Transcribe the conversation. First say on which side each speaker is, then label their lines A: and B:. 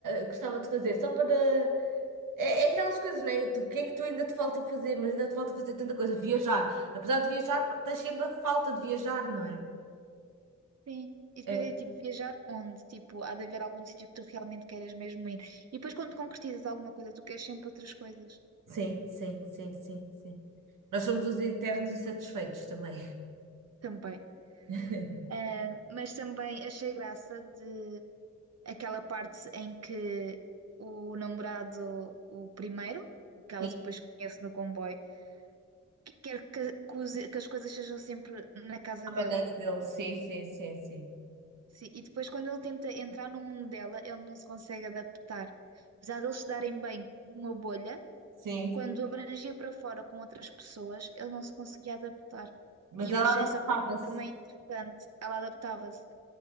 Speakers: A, on the right (about 85°); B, on the right (about 55°).
A: gostava de fazer, só para. É, é aquelas coisas, né? Tu, o que é que tu ainda te falta fazer? Mas ainda te falta fazer tanta coisa. Viajar. Apesar de viajar, estás sempre a falta de viajar, não é?
B: Sim. E depois
A: É,
B: é tipo viajar onde? Tipo, há de haver algum sítio que tu realmente queiras mesmo ir. E depois quando concretizas alguma coisa, tu queres sempre outras coisas
A: sim, sim, sim, sim, sim. Nós somos os eternos insatisfeitos também.
B: também.
A: <laughs>
B: Ah, mas também achei graça de aquela parte em que o namorado, o primeiro, o que ela
A: Sim,
B: depois conhece no comboio, que- quer que, que os- que as coisas sejam sempre na casa
A: à maneira
B: dele.
A: dele. Sim, sim, sim, sim.
B: Sim. E depois quando ele tenta entrar no mundo dela, ele não se consegue adaptar. Apesar de eles se darem bem numa bolha
A: Sim.
B: Quando abrangia para fora com outras pessoas, ele não se conseguia adaptar.
A: Mas
B: E
A: ela
B: eu achei
A: adaptava-se.
B: essa parte também interessante. Ela adaptava-se.